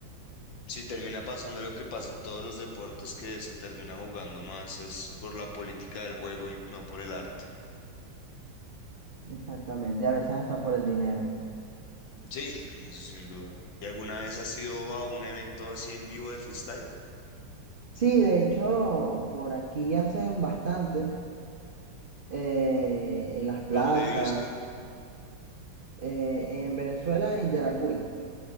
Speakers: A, on the left; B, on the right.
A: Sí, termina pasando lo que pasa en todos los deportes que se termina jugando más, es por la política del juego y no por el arte.
B: Exactamente, a veces hasta por el dinero.
A: Sí, eso sin duda. ¿Y alguna vez has ido a un evento así en vivo de freestyle?
B: Sí, de hecho, por aquí hacen bastante, eh, en las
A: ¿De
B: plazas,
A: dónde vives tú?
B: eh, en Venezuela, en Yaracuy.